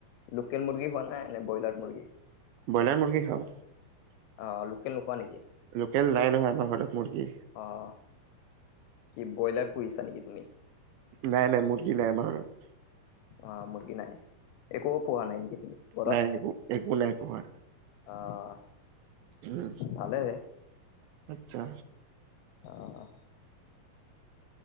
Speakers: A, on the left; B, on the right.
A: লোকেল মুৰ্গী খোৱানে, নে ব্ৰইলাৰ মুৰ্গী।
B: ব্ৰইলাৰ মুৰ্গী খাওঁ।
A: অহ, লোকেল নোখোৱা নেকি?
B: লোকেল নাই নহয় আমাৰ ঘৰত মুৰ্গী।
A: অহ, কি ব্ৰইলাৰ পুহিছা নেকি তুমি?
B: নাই-নাই মুৰ্গী নাই আমাৰ ঘৰত।
A: অহ, মুৰ্গী নাই। একো পোহা নাই নেকি তুমি ঘৰত?
B: নাই একো একো নাই পোহা
A: অহ,
B: উম
A: ভালে।
B: আচ্ছা।
A: অহ।